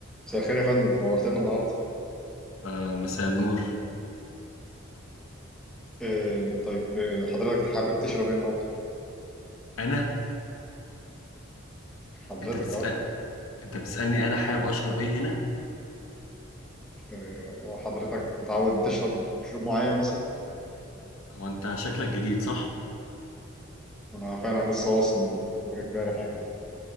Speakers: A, in the centre; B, on the left (about 85°).
A: مساء الخير يا فندم نورتنا النهارده
B: آه مساء النور
A: آه طيب آه حضرتك حابب تشرب ايه النهارده
B: انا
A: حضرتك
B: انت بتسأل
A: اهو
B: انت بتسألني انا حابب اشرب ايه هنا
A: آه حضرتك متعود تشرب مشروب معين مثلا
B: هو انت شكلك جديد صح
A: انا فعلا لسه واصل اول امبارح يعني